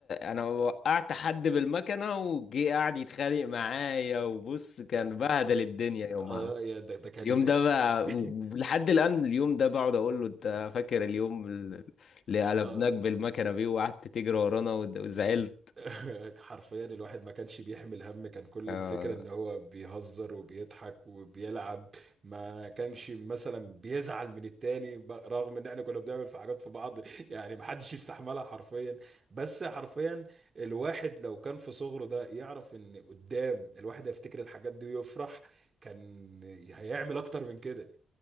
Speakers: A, on the left; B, on the right.
A: انا وقعت حد بالمكنه وجي قاعد يتخانق معايا وبص كان بهدل الدنيا يومها
B: اه يا ده ده كان
A: اليوم ده بقى
B: <laughs>
A: لحد الان اليوم ده بقعد اقول له انت فاكر اليوم اللي قلبناك
B: اه
A: بالمكنه بيه وقعدت تجري ورانا وز- وزعلت
B: <laughs> حرفيا الواحد ما كانش بيحمل هم كان كل
A: آه.
B: الفكرة ان هو بيهزر وبيضحك وبيلعب ما كانش مثلا بيزعل من التاني ب- رغم ان احنا كنا بنعمل في حاجات في بعض <laughs> يعني ما حدش يستحملها حرفيا بس حرفيا الواحد لو كان في صغره ده يعرف ان قدام الواحد هيفتكر الحاجات دي ويفرح كان هيعمل اكتر من كده